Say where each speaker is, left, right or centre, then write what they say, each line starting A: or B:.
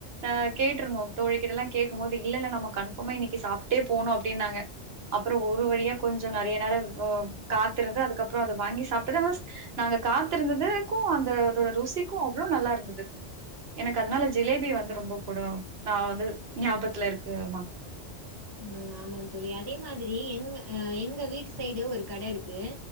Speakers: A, on the right; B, on the right.
A: நா கேட்ருந்தோ தோழிகள் கிட்டல்லா கேக்கும் போது இல்லல்ல நம்ம கன்ஃபாமா இன்னைக்கி சாப்ட்டே போணு அப்டின்னாங்க அப்றோ ஒரு வழியா கொஞ்சொ நெறைய நேரொ ஓ காத்திருந்து அதுக்கப்றோ அத வாங்கி சாப்ட்டுதா ஸ் நாங்க காத்திருந்ததுக்கு அந்த அதோட ருசிக்கு அவ்ளோ நல்லா இருந்துது எனக்கு அதுனால ஜிலேபி வந்து ரொம்ப புடொ நா வந்து ஞாபத்துல இருக்கு மா
B: ஆ ஆமாங் தோழி அதே மாதிரி எங்க அ எங்க வீட்டு சைடு ஒரு கட இருக்கு